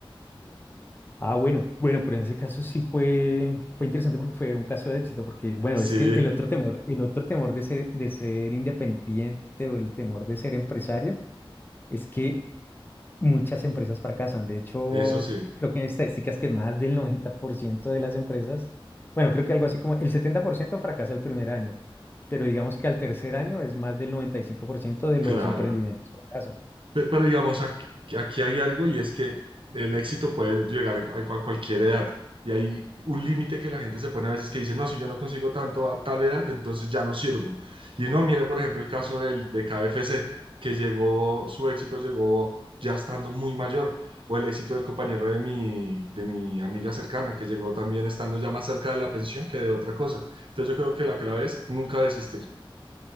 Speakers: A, on the left; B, on the right.
A: Ah, bueno, bueno, pero en ese caso sí fue, fue interesante porque fue un caso de éxito, porque bueno,
B: Sí,
A: es que el otro temor, el otro temor de ser, de ser independiente o el temor de ser empresario es que muchas empresas fracasan. De hecho,
B: eso sí,
A: creo que hay estadísticas que más del 90% de las empresas, bueno, creo que algo así como el 70% fracasa el primer año, pero digamos que al tercer año es más del 95% de los
B: claro.
A: emprendimientos fracasan.
B: Pe- Pero, digamos, aquí, aquí hay algo y es que el éxito puede llegar en cu- a cu- cualquier edad. Y hay un límite que la gente se pone a veces que dice, no, si yo no consigo tanto a tal edad, entonces ya no sirvo. Y no, mire, por ejemplo, el caso del, de KFC, que llegó, su éxito llegó ya estando muy mayor. O el éxito del compañero de mi, de mi amiga cercana, que llegó también estando ya más cerca de la pensión que de otra cosa. Entonces yo creo que la clave es nunca desistir.